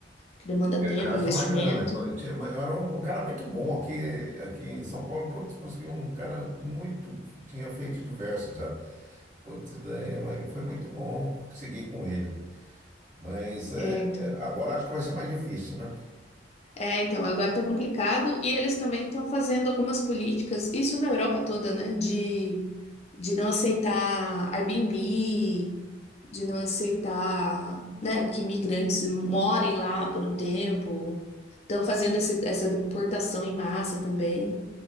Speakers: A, on the left; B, on the right.
A: Que demanda tempo,
B: Gasta
A: investimento.
B: uma grana. Eu tinha- eu era um, um cara muito bom aqui, aqui em São Paulo. Putz, conseguiu um cara muito. Tinha feito diversos já. Putz, daí foi muito bom seguir com ele. Mas é,
A: É, então.
B: é, agora acho que vai ser mais difícil, né?
A: É, então, agora tá complicado. E eles também estão fazendo algumas políticas, isso na Europa toda, né? De, de não aceitar Airbnb, de não aceitar, né, que migrantes morem lá por um tempo. Estão fazendo esse- essa deportação em massa também.